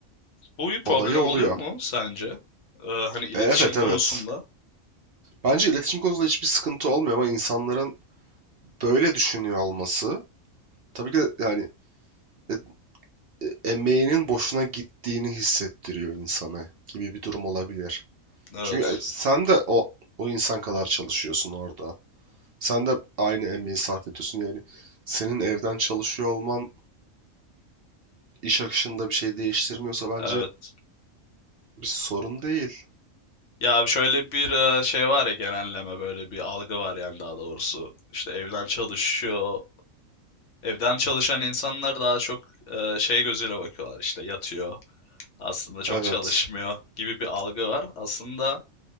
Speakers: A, on the left (about 65°); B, on the right (about 60°).
A: bu bir problem
B: Olayı oluyor.
A: oluyor mu sence? Ee, hani iletişim
B: E, evet
A: konusunda.
B: evet. Bence iletişim konusunda hiçbir sıkıntı olmuyor ama insanların böyle düşünüyor olması tabii ki de yani e- e- emeğinin boşuna gittiğini hissettiriyor insana gibi bir durum olabilir.
A: Evet.
B: Çünkü e, sen de o o insan kadar çalışıyorsun orada. Sen de aynı emeği sarf ediyorsun. Yani senin evden çalışıyor olman iş akışında bir şey değiştirmiyorsa bence
A: Evet.
B: bir sorun değil.
A: Ya şöyle bir e, şey var ya genelleme böyle bir algı var yani daha doğrusu. İşte evden çalışıyor. Evden çalışan insanlar daha çok e, şey gözüyle bakıyorlar işte yatıyor aslında çok
B: Evet.
A: çalışmıyor gibi bir algı var. Aslında